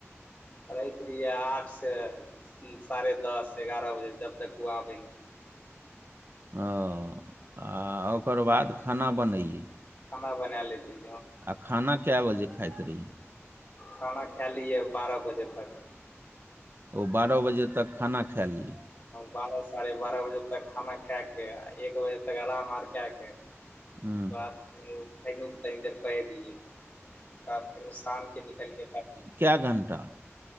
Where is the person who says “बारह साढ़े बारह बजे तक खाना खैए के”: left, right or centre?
Left